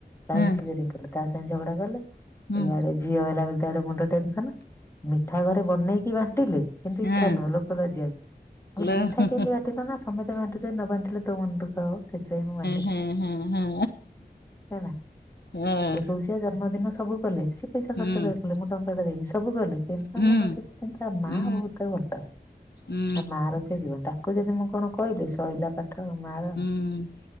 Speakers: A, on the left; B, on the left.
A: କାହିଁକି
B: ହଁ
A: ସିଜରିଂ କଲୁ ତା ସାଙ୍ଗେ ଝଗଡା କଲେ।
B: ହଁ
A: ଇଆଡ଼େ ଝିଅ ହେଲା ବଲିତ ମୁଣ୍ଡ ଟେନସନ। ମିଠା ଘରେ ବନେଇକି ବାଣ୍ଟିଲେ କିନ୍ତୁ
B: ହଁ
A: ଇଚ୍ଛା ନୁହଁ ଲୋକ ଲଜ୍ୟକୁ। ମୁଁ କହିଲି
B: ଲୋ
A: ମିଠା
B: ହଁ
A: କେମିତି ବାଣ୍ଟିଲ ନା ସମେତ ବାଣ୍ଟୁଛନ୍ତି ନ ବାଣ୍ଟିଲେ ତୋ ମନ ଦୁଃଖ ହବ ସେ ସେଥି ପାଇଁ ମୁଁ ବାଣ୍ଟିଲି
B: ହଁ ହଁ ହଁ
A: ହେଲା
B: ହଁ
A: ଏକ ଝିଅ ଜନ୍ମଦିନ ସବୁ କଲେ, ସିଏ ପଇସା
B: ହୁଁ
A: ଖର୍ଚ୍ଚ କରି କଲେ, ମୁଁ ଟଙ୍କାଟା ଦେଇନି ସବୁ କଲେ କିନ୍ତୁ
B: ହୁଁ
A: ମନ ଟି କିନ୍ ତା ମା
B: ହୁଁ
A: ବୋହୁତ ତାକୁ ଭଲ ପାଏ।
B: ହୁଁ
A: ତା ମାର ସେ ଜୀବନ ତାକୁ ଯଦି ମୁଁ କଣ କହିଲି ଶଇଲା ପାଠ ମାର।
B: ହୁଁ